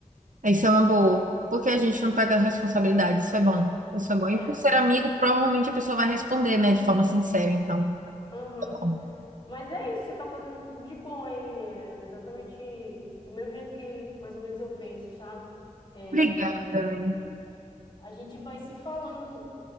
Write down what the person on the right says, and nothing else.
Isso é uma boa. Porque a gente não pega responsabilidade, isso é bom. Isso é bom.
E por ser amigo, provavelmente a pessoa vai responder, né? De forma sincera, então.
Bom.
Obrigada, Anne.